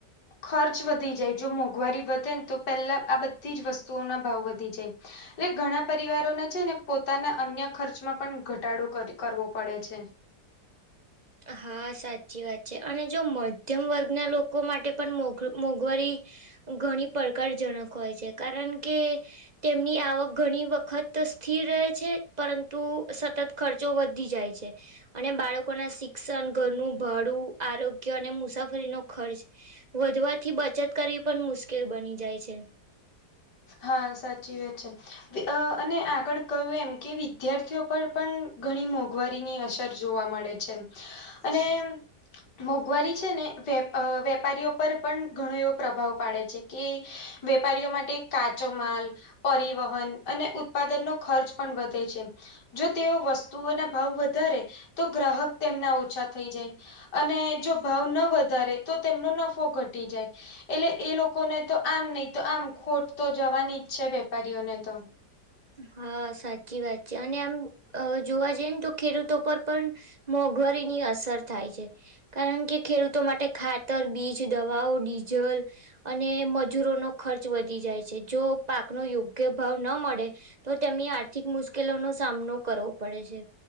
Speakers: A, on the left (about 80°); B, on the right (about 30°).
A: ખર્ચ વધી જાય. જો મોંઘવારી વધે ન તો પહેલા આ બધી જ વસ્તુઓના ભાવ વધી જાય. એટલે ઘણા પરિવારોને છે ને પોતાના અન્ય ખર્ચમાં પન ઘટાડો કર કરવો પડે છે.
B: હા સાચી વાત છે. અને જો મધ્યમ વર્ગના લોકો માટે પન મોઘ મોંઘવારી ઘણી પડકારજનક હોય છે. કારન કે તેમની આવક ઘણી વખત સ્થિર રહે છે. પરંતુ સતત ખર્ચો વધી જાય છે. અને બાળકો ના શિક ક્ષન, ઘરનું ભાડું, આરોગ્ય અને મુસાફરીનો ખર્ચ વધવાથી બચત કરવી પન મુશ્કેલ બની જાય છે.
A: હા સાચી વાત છે. બે અ અને આગળ કયું એમ કે વિદ્યાર્થીઓ પર પન ઘણી મોંઘવારીની અસર જોવા મળે છે. અને મોંઘવારી છે ને વેપ વેપારીઓ પર પણ ઘણો એવો પ્રભાવ પાડે છે. કે વેપારીઓ માટે કાચો માલ પરિવહન અને ઉત્પાદનનો ખર્ચ પણ વધે છે. જો તેઓ વસ્તુઓના ભાવ વધારે તો ગ્રાહક તેમના ઓછા થઈ જાય. અને જો ભાવ ન વધારે તો તેમનો નફો ઘટી જાય. એટલે એ લોકોને તો આમ નહી તો આમ ખોટ તો જવાની જ છે વેપારીઓને તો.
B: હા સાચી વાત છે. અને એમ જોવા જઈ ને તો ખેડૂતો પર પણ મોંઘવારીની અસર થાય છે. કારણ કે ખેડૂતો માટે ખાતર, બીજ, દવાઓ, ડીઝલ અને મજૂરોનો ખર્ચ વધી જાય છે. જો પાકનો યોગ મુખ્ય ભાવ ન મળે. તો તેમની આર્થિક મૂશ્કેલો નો સામનો કરવો પડે છે.